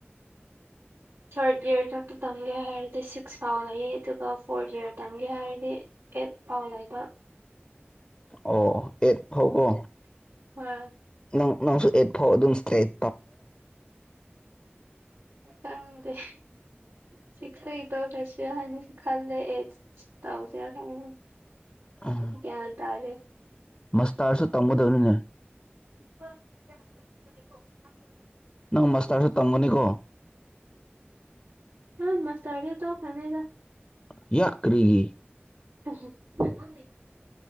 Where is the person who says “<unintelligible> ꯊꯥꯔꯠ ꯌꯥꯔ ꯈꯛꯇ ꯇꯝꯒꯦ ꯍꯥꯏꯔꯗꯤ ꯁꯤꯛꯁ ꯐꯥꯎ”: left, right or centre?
Right